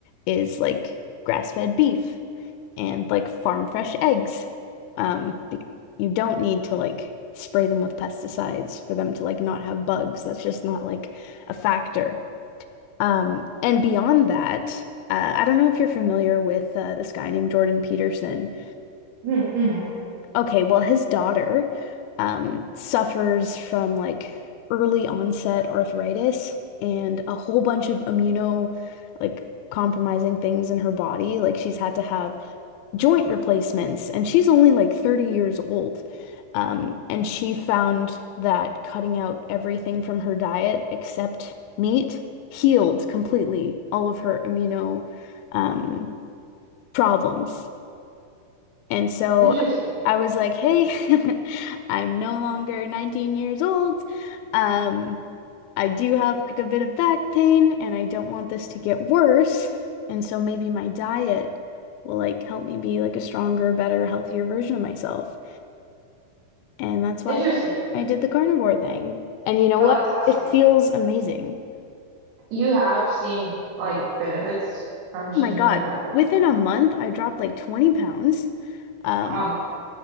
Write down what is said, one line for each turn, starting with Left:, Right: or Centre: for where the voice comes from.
Left: is like grass-fed beef and like farm fresh eggs. Um, be- you don't need to like spray them with pesticides for them to like not have bugs. That's just not like a factor. Um, and beyond that, uh, I don't know if you're familiar with uh, this guy named Jordan Peterson.
Right: hmm <laughs>
Left: Okay, well, his daughter um, suffers from like early onset arthritis and a whole bunch of immuno like compromising things in her body. Like she's had to have joint replacements, and she's only like 30 years old. Um, and she found that cutting out everything from her diet except meat healed completely all of her immuno um, problems. And so
Right: Interesting.
Left: I was like, hey, <laughs> I'm no longer 19 years old. Um, I do have like a bit of back pain and I don't want this to get worse. And so maybe my diet will like help me be like a stronger, better, healthier version of myself. And that's
Right: Interesting.
Left: why I did the carnivore thing. And you know
Right: Well,
Left: what?
Right: that's fascinating.
Left: It feels amazing.
Right: You have seen like benefits from changing
Left: Oh my God.
Right: your diet
Left: Within
Right: in that way.
Left: a month, I dropped like 20 pounds. Um,
Right: Wow.